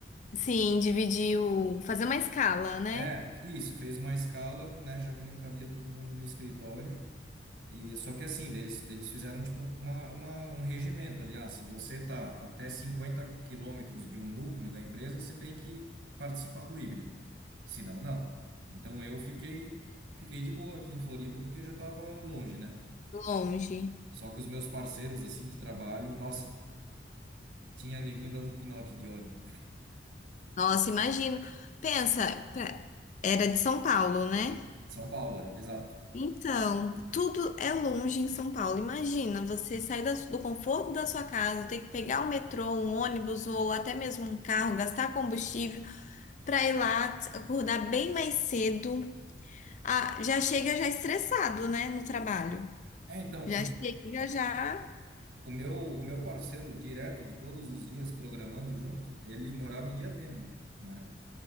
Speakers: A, on the left; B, on the right.
A: sim, dividir o, fazer uma escala, né?
B: É, isso, fez uma escala, né, já que não cabia todo mundo no escritório. E só que assim, deles, deles fizeram tipo uma, uma, um regimento, aliás, se você tá até 50 quilômetros de um núcleo da empresa, você tem que participar do híbrido. Se não, não. Então eu fiquei fiquei de boa aqui em Floripa porque já estava longe, né?
A: Longe.
B: Só que os meus parceiros assim de trabalho, nossa, tinha neguinho dando pinote de ódio.
A: Nossa, imagino. Pensa, pra- era de São Paulo, né?
B: <laughs> São Paulo, é, exato.
A: Então, tudo é longe em São Paulo. Imagina, você sair da- do conforto da sua casa, ter que pegar o metrô, um ônibus ou até mesmo um carro, gastar combustível para ir lá, t- acordar bem mais cedo. Ah, já chega já estressado, né, no trabalho.
B: É, então,
A: Já chega já.
B: O meu, o meu parceiro direto de todos os dias programando junto, ele morava em Diadema, né?